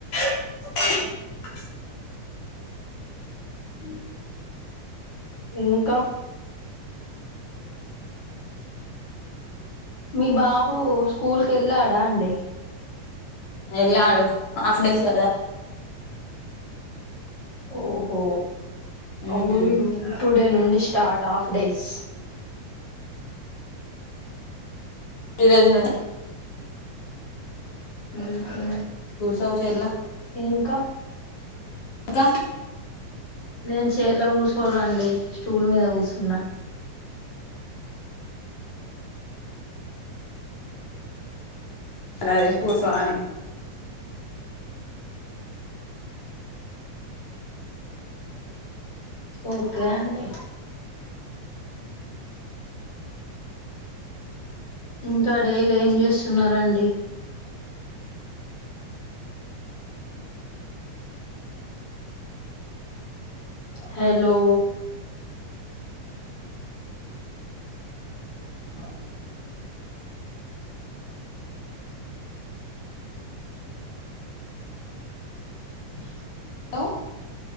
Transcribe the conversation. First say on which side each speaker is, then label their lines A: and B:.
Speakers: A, on the left; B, on the left.
A: <inaudible> ఉమ్
B: ఇంకా మీ బాబు స్కూల్ కెళ్ళాడా అండి
A: ఎల్లాడు హాఫ్ డేస్ గదా
B: ఓహో అ
A: మ్మ్
B: టూ డే నుండి స్టార్ట్ హాఫ్ డేస్
A: ఈ రోజు నుండి
B: ఉమ్ హు
A: కూసో చేర్ల
B: ఇంకా
A: ఇంకా
B: నేను చేర్ల కూసోనండి స్టూల్ మీద కూసున్నా
A: అది కూసో అని
B: ఓకే అండి ఇంకా డైలీ ఏం జేస్తున్నారండి హలో హలో <inaudible> <unintelligible>
A: హలో